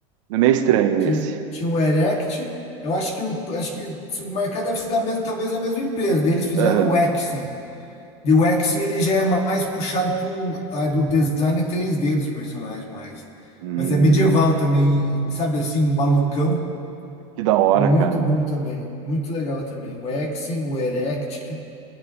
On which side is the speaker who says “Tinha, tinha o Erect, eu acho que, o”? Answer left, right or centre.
Left